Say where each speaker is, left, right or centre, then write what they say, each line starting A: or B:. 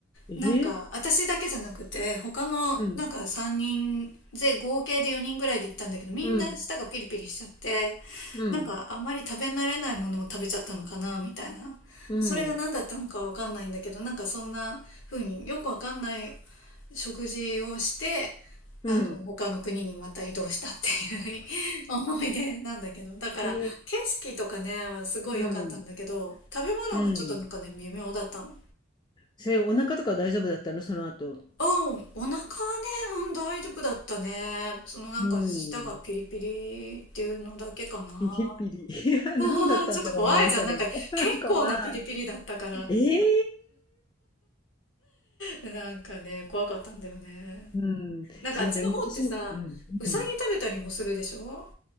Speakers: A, on the left; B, on the left.
A: え
B: なんか私だけじゃなくて他のなんか3人で合計で4人ぐらいで行ったんだけどみんな舌がピリピリしちゃって
A: うん。うん。うん。
B: なんかあんまり食べ慣れないものを食べちゃったのかなみたいなそれが何だったのかわかんないんだけどなんかそんな風によくわかんない
A: うん。
B: 食事をして
A: うん。
B: あの他の国にまた移動したっていう <laughs> 思い出なんだけどだから景色とかねすごい良かったんだけど食べ物がちょっとなんかね微妙だったの。
A: えー、うん。うん。それ、お腹とか大丈夫だったの？その後。
B: うん、お腹はね、うん、大丈夫だったね。そのなんか舌がピリピリっていうのだけかな。
A: うん。ピリピリ。<laughs> いや、何だったんだろうね、
B: <laughs> ちょっと怖いじゃん。
A: それ。
B: なんか結構なピリピリだったから。
A: <laughs> 怖い。ええ！
B: なんかね、怖かったんだよね。
A: うん。
B: なんかあっちの方ってさ、
A: そう、だからね、私もうん、
B: うさぎ食べたりもするでしょ
A: うん。